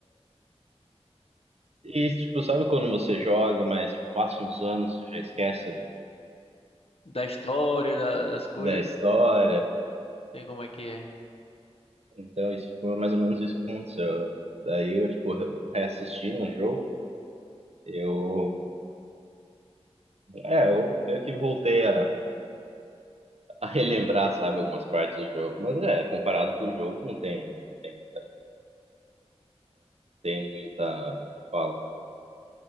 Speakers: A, on the right; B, on the left.
A: e, tipo, sabe quando você joga, mas passa uns anos, você já esquece do-
B: Da história, da- das coisas.
A: da história...
B: Sei como é que é.
A: Então, isso foi mais ou menos isso que aconteceu. Daí eu, tipo, eu reassistindo o jogo, eu, é, eu meio que voltei a, a relembrar, sabe, algumas partes do jogo. Mas é, comparado com o jogo, não tem, tem, tem muita fala,